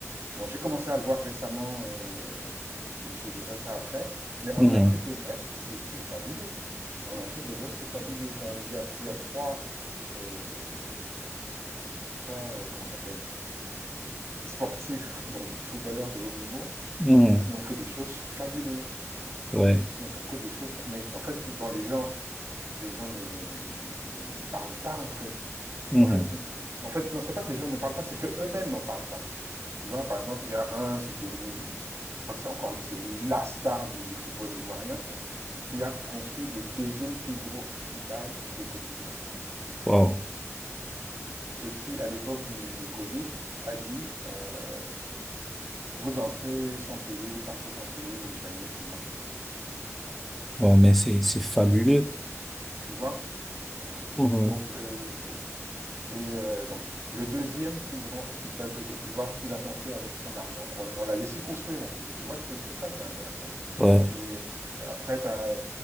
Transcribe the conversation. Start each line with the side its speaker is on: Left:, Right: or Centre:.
Right: Bon, j'ai commencé à le voir récemment, heu, mais je te dirai ça après. Mais en
Centre: Mhm.
Right: Afrique de l'Ouest, c'est c'est fabuleux. En Afrique de l'Ouest, c'est fabuleux. Genre, il y a il y a 3, heu, 3, heu, comment ça s'appelle? Sportifs, donc foot footballeurs de haut niveau,
Centre: Mhm.
Right: qui ont fait des choses fabuleuses.
Centre: Ouais.
Right: Qui ont fait des choses mais en fait, dans les gens les gens ne, ne, ne, ne- ne parlent pas en fait.
Centre: Mhm.
Right: En fait, les- en fait, non, c'est pas que les gens ne parlent pas, c'est que eux-mêmes n'en parlent pas. Tu vois, par exemple, il y a un, c'était une, une- je crois que c'est encore, c'est la star du, du football ivoirien qui a construit le deuxième plus gros hôpital de Côte d'Ivoire
Centre: Wow.
Right: et qui, à l'époque du, du Covid, a dit euh, vous entrez sans payer, vous partez sans payer, vous vous soignez, c'est moi qui paye.
Centre: Wow, mais c'est, c'est fabuleux.
Right: Tu vois?
Centre: Mhm.
Right: Donc, euh, Et euh, donc, le deuxième plus grand hôpital de Côte d'Ivoire, il a construit avec son argent. On, on l'a laissé construire en plus, tu vois, c'est c'est ça qui est intéressant.
Centre: Ouais.
Right: Et euh, après, tu as,